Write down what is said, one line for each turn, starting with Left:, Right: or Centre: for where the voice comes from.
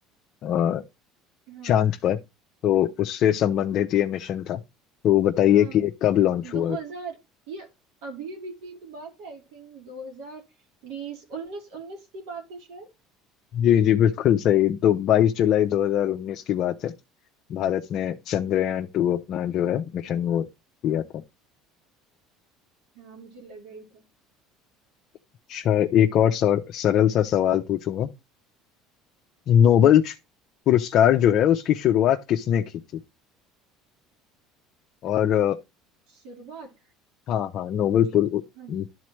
Left: अ,
Right: हाँ
Left: चांद पर तो उससे संबंधित ये मिशन था तो बताइए
Right: हाँ
Left: कि ये कब लॉन्च
Right: हाँ दो
Left: हुआ
Right: हजार ये अभी अभी की तो बात है आई थिंक दो हजार बीस उन्नीस उन्नीस की बात है शायद
Left: जी जी बिल्कुल सही तो 22 जुलाई 2019 की बात है भारत ने चंद्रयान टू अपना जो है मिशन वो किया था
Right: हाँ मुझे लगा ही था
Left: अच्छा एक और सर, सरल सा सवाल पूछूंगा नोबल पुरस्कार जो है उसकी शुरुआत किसने की थी और
Right: शुरुआत
Left: हाँ हाँ नोबेल पुर-
Right: हाँ जी